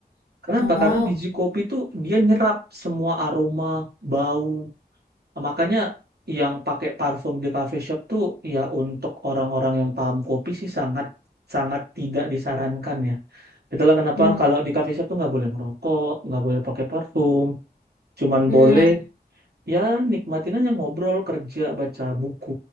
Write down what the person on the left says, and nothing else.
Oh.
Hmm.
Hmm.